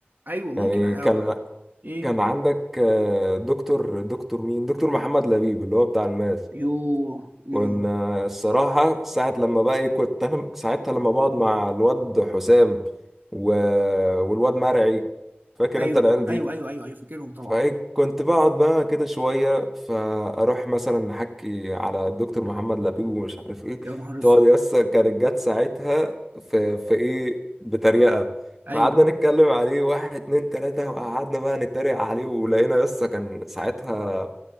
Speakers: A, on the right (about 50°); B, in the centre.
A: ايوه ممكن
B: يعني
A: أ-
B: كان
A: ايه
B: كان عندك آه، دكتور دكتور مين دكتور محمد لبيب اللي هو بتاع الماس
A: يوه مم.
B: كنا الصراحة ساعة لما بقى إيه، كنت أنا ساعتها لما بقعد مع الواد حسام و... والواد مرعي فاكر
A: ايوه
B: أنت العيال دي
A: ايوه ايوه ايوه ايوه فاكرهم طبعا
B: فكنت بقعد بقى كده شوية فأروح مثلا أحكي على الدكتور محمد لبيب ومش عارف إيه
A: يا نهار اسود
B: تقعد يسا كانت جت ساعتها في, في إيه بتريقة
A: ايوه
B: فقعدنا نتكلم عليه واحد اتنين تلاتة وقعدنا بقى نتريق عليه ولقينا يسا كان ساعتها